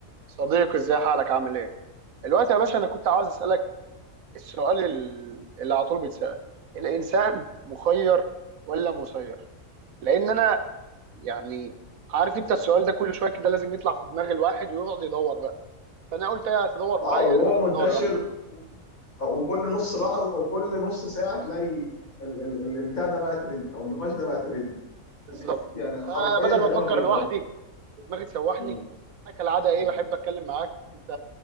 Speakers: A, on the right (about 75°); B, on the left (about 85°).
A: صديقي ازاي حالك عامل ايه؟ الوقت يا باشا انا كنت عاوز اسالك السؤال ال- اللي على طول بيتسال الانسان مخير ولا مسير؟ لان انا يعني عارف انت السؤال ده كل شويه كده لازم يطلع في دماغ الواحد ويقعد يدور بقى فانا قلت ايه تدور
B: اه
A: معايا
B: وهو
A: يعني بدل
B: منتشر
A: ما ادور لوحدي
B: وكل نص لحظه او كل نص ساعه تلاقي ال- ال- ال- البتاع ده بقى ترند او النقاش ده بقى ترند
A: بالظبط
B: يعني حرفيا
A: فبدل
B: تقريبا
A: ما افكر
B: ما بيخلص
A: لوحدي ودماغي تسوحني
B: مم.
A: انا كالعاده ايه
B: مم.
A: بحب اتكلم معاك انت